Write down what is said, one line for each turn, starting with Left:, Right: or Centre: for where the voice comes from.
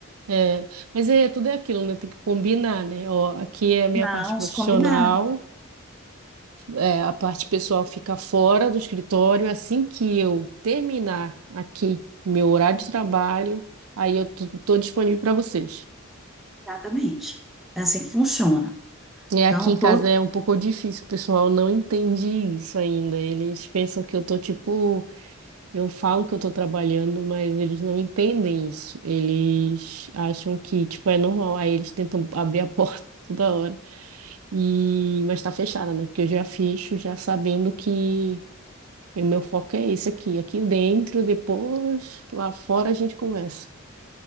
Right: É, mas é, tudo é aquilo, né? Tem que combinar, né? Ó, aqui é a minha
Centre: Não,
Right: parte profissional,
Centre: se combinar.
Right: é, a parte pessoal fica fora do escritório. Assim que eu terminar aqui meu horário de trabalho, aí eu tô, tô disponível para vocês.
Centre: Exatamente. É assim que funciona.
Right: É,
Centre: Então,
Right: aqui em casa
Centre: todo
Right: é um pouco difícil, o pessoal não entende isso ainda. Eles pensam que eu tô tipo Eu falo que eu estou trabalhando, mas eles não entendem isso. Eles acham que, tipo, é normal. Aí eles tentam abrir a <laughs> porta toda hora. E... Mas está fechada, né? Porque eu já fecho, já sabendo que o meu foco é esse aqui. Aqui dentro, depois, lá fora a gente conversa.